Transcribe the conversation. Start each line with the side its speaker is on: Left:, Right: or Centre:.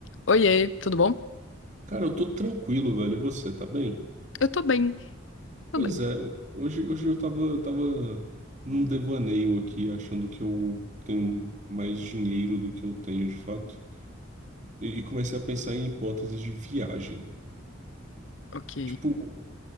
Left: Oiê, tudo bom?
Right: Cara, eu tô tranquilo, velho. E você, tá bem?
Left: Eu tô bem, tô
Right: Pois
Left: bem.
Right: é, ho- hoje, hoje eu tava, tava num devaneio aqui, achando que eu tenho mais dinheiro do que eu tenho de fato. E, e comecei a pensar em hipóteses de viagem.
Left: Ok.
Right: Tipo,